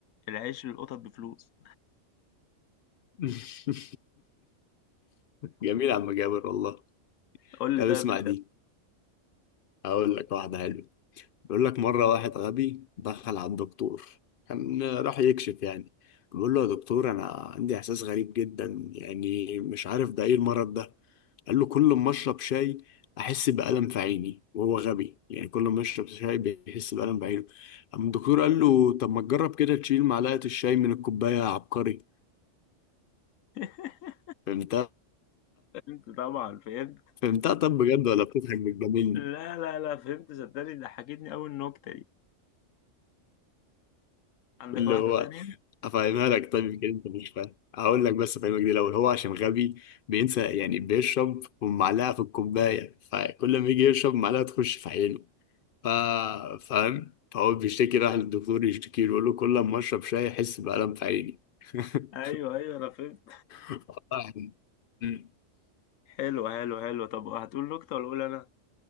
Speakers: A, on the left; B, on the left.
A: العيش للقطط بفلوس
B: <laughs> جميل يا عم جابر والله
A: قول
B: طب
A: لي طيب
B: اسمع
A: انت
B: دي هقول لك واحده حلوه بيقول لك مرة واحد غبي دخل على الدكتور كان راح يكشف يعني بيقول له يا دكتور أنا عندي إحساس غريب جدا يعني مش عارف ده إيه المرض ده قال له كل ما أشرب شاي أحس بألم في عيني وهو غبي يعني كل ما يشرب شاي بيحس بألم في عينه أما الدكتور قال له طب ما تجرب كده تشيل معلقة الشاي من الكوباية يا عبقري
A: <laughs>
B: فهمتها؟
A: فهمت طبعا فهمت
B: فهمتها طب بجد ولا بتضحك بتجاملني
A: لا لا لا فهمت صدقني ضحكتني قوي النكتة دي عندك
B: اللي
A: واحدة
B: هو
A: تانية
B: افهمها لك طيب يمكن انت مش فاهم هقول لك بس افهمك دي الاول هو عشان غبي بينسى يعني بيشرب ومعلقه في الكوبايه فكل ما يجي يشرب معلقه تخش في عينه ف... فاهم فهو بيشتكي راح للدكتور يشتكي له يقول له كل ما اشرب شاي احس بألم في عيني <laughs>
A: ايوه ايوه انا فهمت
B: والله. أمم.
A: حلو حلو حلو طب هتقول نكتة ولا اقول انا